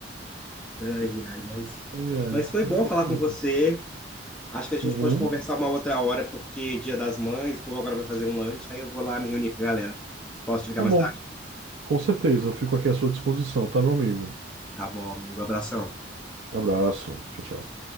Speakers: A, in the centre; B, on the right (about 85°).
A: Ai, ai, mas,
B: Ai, ai,
A: mas foi
B: mas
A: bom
B: é
A: falar
B: isso
A: com
B: mesmo.
A: você. Acho que a gente
B: Uhum.
A: pode conversar uma outra hora, porque Dia das Mães, o povo agora vai fazer um lanche, aí eu vou lá me reunir com a galera. Posso te ligar
B: Tá
A: mais
B: bom,
A: tarde?
B: com certeza. Eu fico aqui à sua disposição, tá, meu amigo?
A: Tá bom, amigo. Abração.
B: Abraço. Tchau, tchau.